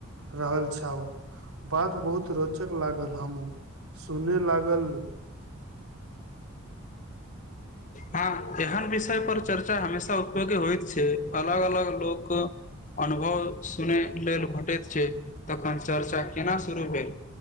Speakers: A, on the right; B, on the left.
A: रहल छाव बात बहुत रोचक लागल हमहू सुनै लागलू <inaudible>
B: हँ एहन विषय पर चर्चा हमेशा उपयोगी होइत छै अलग अलग लोक अनुभव सुनय लेल भेटैत छै तखन चर्चा केना शुरू भेल